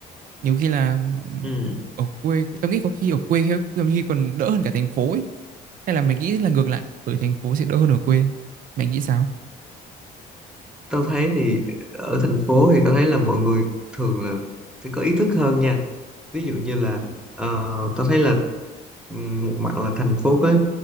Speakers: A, on the right (about 55°); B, in the centre.
A: nhiều khi là
B: ừ.
A: ở quê tao nghĩ có khi ở quê khi có khi còn đỡ hơn cả thành phố ấy hay là mày nghĩ là ngược lại ở thành phố sẽ đỡ hơn ở quê mày nghĩ sao
B: Tao thấy thì ở thành phố thì tao thấy là mọi người thường là sẽ có ý thức hơn nha ví dụ như là uh, tao thấy là ừm, một mặt là thành phố có